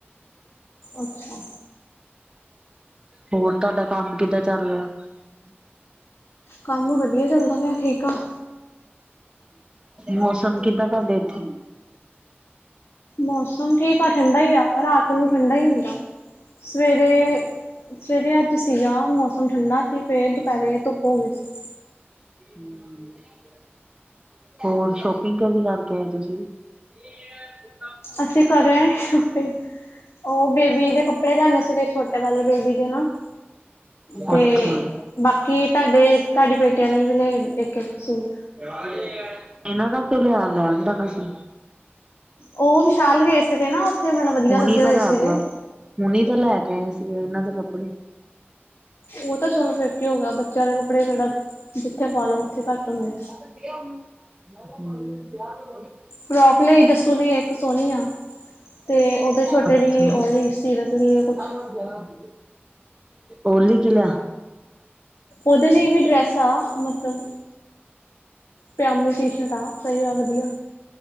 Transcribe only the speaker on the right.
ਹੋਰ ਤੁਹਾਡਾ ਕੰਮ ਕਿਦਾਂ ਚੱਲ ਰਿਆ? <inaudible>
ਮੌਸਮ ਕਿਦਾਂ ਤੁਹਾਡੇ ਇੱਥੇ?
ਹੂੰ, ਹੋਰ ਸ਼ੋਪਿੰਗ <unintelligible>
ਅੱਛਾ
ਇਹਨਾਂ ਤਾ ਲਿਆ ਲੈਦਾ ਸੀ।
ਹੁਣ
ਤਾਂ ਲੈ
ਕੇ ਆਏ‌। ਹੁਨੀ ਤਾਂ ਲੈ ਕੇ ਆਏ ਸੀਗੇ ਇਹਨਾਂ ਦੇ ਕੱਪੜੇ
ਹੂੰ,
ਅੱਛਾ
<inaudible> ਓਲੀ ਕਿ ਲਿਆ